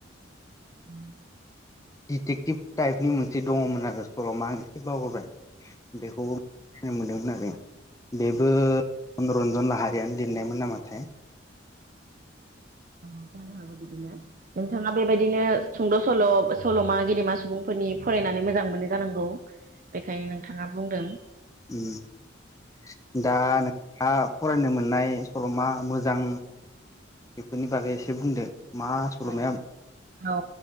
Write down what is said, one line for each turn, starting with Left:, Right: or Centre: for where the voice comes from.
Right: <inaudible>
Left: दिटेक्टिभ टाइपनि मोनसे दङमोन आरो सल'मा आं एसे बावगारबाय बेखौबो मिथिनो मोनदोंमोन आरो बेबो मनरन्जन लाह हारियानो लिरनायमोन नामाथाय
Right: औ जानो हागौ बिदिनो नोंथाङा बेबायदिनो सुंद' सल'बा सल'मा गेदेमा सु बुंफोरनि फरायनानै मोजां मोनो जानांगौ बेखायनो नोंथाङा बुंदों
Left: ओम दा नोंहा फरायनो मोननाय सल'मा मोजां बेफोरनि बागै एसे बुंदो मा सल'माया
Right: औ-औ